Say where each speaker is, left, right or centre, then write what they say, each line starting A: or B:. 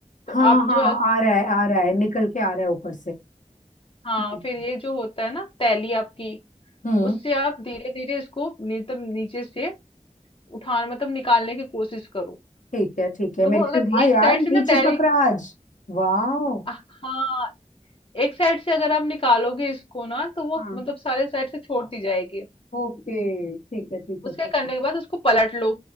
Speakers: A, on the left; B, on the left.
A: तो
B: हाँ
A: आप
B: हाँ
A: जो है
B: आ रहा है आ रहा है निकल के आ रहा है ऊपर
A: हाँ
B: से
A: फिर ये जो होता है ना तैली आपकी
B: हम्म
A: उससे आप धीरे धीरे इसको मतलब नीचे से उठान मतलब निकालने की कोशिश करो
B: ठीक है ठीक है
A: तो
B: मेरे
A: वो
B: ख्याल
A: अगर
B: हाँ
A: एक
B: यार
A: साइड
B: नहीं
A: से ना
B: चिपक
A: तैली
B: रहा आज वाओ
A: हाँ एक साइड से अगर आप निकालोगे इसको ना तो वो
B: हाँ
A: मतलब सारे साइड से छोड़ती जाएगी
B: ओके ठीक है ठीक है
A: उसके
B: ठीक
A: करने
B: है
A: के बाद उसको पलट लो